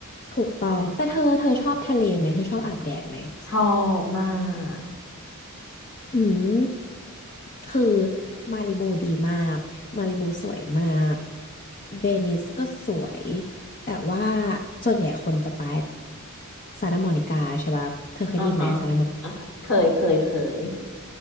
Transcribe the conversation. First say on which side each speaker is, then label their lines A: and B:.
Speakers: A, on the left; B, on the left.
A: ถูกต้องแต่เธอเธอชอบทะเลไหมเธอชอบอาบแดดไหม
B: ชอบมาก
A: อืม คือมาริบูดีมาก มาริบูสวยมาก เวนิสก็สวย แต่ว่าส่วนใหญ่คนจะไปซานตาโมนิกาใช่ปะเธอเคยได้ยินไหมซานตาโมนิกา
B: อ่าฮะอ่ะเคย เคยเคย